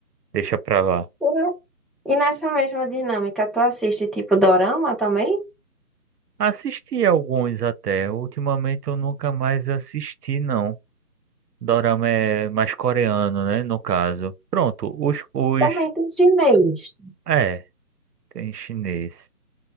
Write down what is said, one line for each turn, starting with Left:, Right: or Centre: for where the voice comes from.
Right: deixa para lá.
Centre: E ne- e nessa mesma dinâmica, tu assiste tipo dorama também?
Right: Assisti alguns até. Ultimamente eu nunca mais assisti, não. Dorama é mais coreano, né? No caso. Pronto, os, os...
Centre: Também tem chinês.
Right: É, tem chinês.